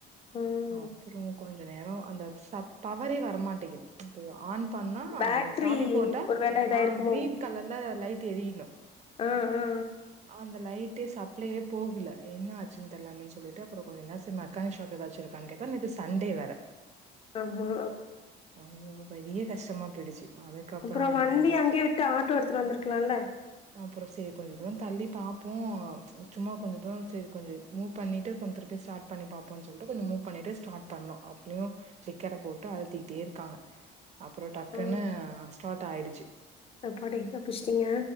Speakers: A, on the left; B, on the right.
A: ம்.
B: அப்றோ கொஞ்ச நேரோ அந்த சப் பவரே வரமாட்டிங்குது இந்த ஆன் பண்ணா
A: பேட்டரி
B: அந்த சாவி போட்ட
A: ஒரு வேள இதாயிருக்குமோ?
B: ஆ கிரீன் கலர்ல லைட் எரியணு
A: ஆ, ஆ, ஆ.
B: அந்த லைட்டே சப் ளே போகல என்ன ஆச்சு தெரியலன்னு சொல்லிட்டு கொஞ்ச நேரோ மெக்கானி ஷாப் எதாச்சு இருக்கான்னு கேட்டா நேத்து சண்டே வேற
A: அம்மா
B: ஐய்யோ பெரிய கஷ்டமா போயிடுச்சு அதுக்கப்புறம்
A: அப்றோ
B: என்ன
A: வண்டி
B: பண்றது?
A: அங்கே விட்டு ஆட்டோ எடுத்துட்டு வந்திருக்கலால்ல
B: அப்றோ செரி கொஞ்ச தூரோ தள்ளி பாப்போ சும்மா கொஞ்ச தூரோ சேரி கொஞ்ச மூ பண்ணிட்டு கொஞ்சோ திரிப்பி ஸ்டார்ட் பண்ணி பாப்போ சொல்லி கொஞ்சோ மூ பண்ணிட்டு ஸ்டார்ட் பண்ணோ அப்டியு கிளிக்கர போட்டு அழுத்திட்டே இருக்காங்க அப்றோ டக்குன்னு
A: ம்.
B: ஸ்டார்ட் ஆயிடுச்சு
A: அப்பாடி! தப்பிச்சிட்டீங்க.